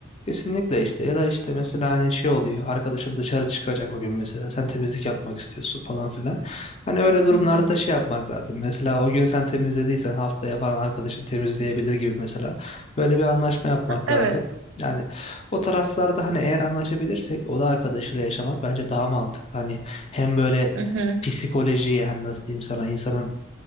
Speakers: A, on the left; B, on the right.
A: Kesinlikle işte ya da işte mesela hani şey oluyor arkadaşın dışarı çıkacak o gün mesela sen temizlik yapmak istiyorsun falan filan. Hani öyle durumlarda
B: Hı hı.
A: şey yapmak lazım mesela o gün sen temizlediysen haftaya falan arkadaşın temizleyebilir gibi mesela böyle bir anlaşma yapmak
B: Ha, Evet.
A: lazım. Yani o taraflarda hani eğer anlaşabilirsek o da arkadaşıyla yaşamak bence daha mantıklı. Hani hem böyle
B: Hı hı.
A: psikolojiye hani nasıl diyeyim sana insanın